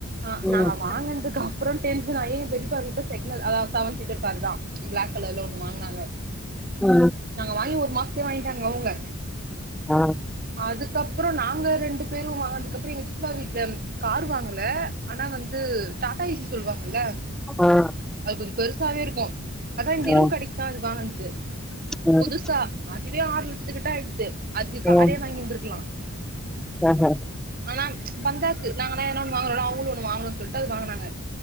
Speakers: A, on the right (about 40°); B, in the centre.
A: ஆ
B: ம்
A: நாங்க வாங்னதுக் அப் அப்றோ டென்ஷன் ஆயி பெரிப்பா வீட்ட செக்னல் அதா செவன் சீட்டர் கார் தா பிளாக் கலர்ல ஒண்ணு வாங்னாங்க
B: ம்
A: நாங்க வாங்கி ஒரு மாசத்துலே வாங்கிட்டாங்க அவுங்க
B: ஆ
A: அதுக்கப்றோ நாங்க ரெண்டு பேரு வாங்கனதுக்கப்றோ எங்க சித்தப்பா வீட்ல கார் வாங்கல ஆனா வந்து டாடா ஏசி சொல்வாங்கல
B: ஆ ஆ
A: அது கொஞ்சோ பெருசாவே இருக்கு அதா இந்த
B: ஆ
A: இரும் கடக்கிதா அது வாங்னது
B: ம்
A: புதுசா அதுவே ஆறு லட்சத்துக்கிட்ட ஆயிடுத்து அதுக்கு காரயே
B: ம்
A: வாங்கிருந்திக்லா
B: ஆ ஹ
A: ஆனா பந்தாக்கு நாங்காள எதுன ஒன்னு வாங்கனோள அவுங்களு ஒன்னு வாங்கணுனு சொல்ட்டு அது வாங்குனாங்க